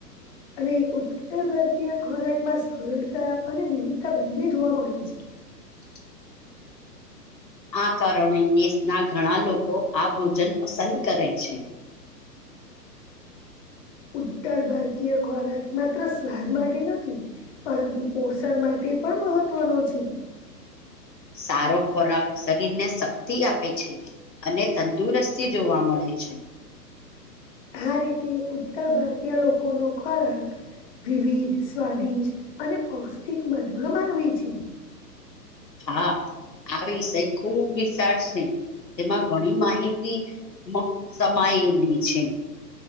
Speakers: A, on the left; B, on the left.
A: અને ઉત્તર ભારતીય ખોરાક માં સરળતા અને વિવિધતા બંને જોવા મળે છે.
B: હ આ કારણે દેશના ઘણા લોકો આ ભોજન પસંદ કરે છે.
A: ઉત્તર ભારતીય ખોરાક માત્ર સ્વાદ માટે નથી પરંતુ પોષણ માટે પણ મહત્વનો છે.
B: સારો ખોરાક શરીર ને શક્તિ આપે છે, અને તંદુરસ્તી જોવા મળે છે. છ
A: આ રીતે ઉત્તર ભારતીય લોકો નો ખોરાક વિવિધ સ્વાદિષ્ટ અને પૌષ્ટિક માનવામાં આવે છે.
B: હા આવી વિષય ખુબ વિશાળશે તેમાં ઘણી માહિતી સમાયેલી છે.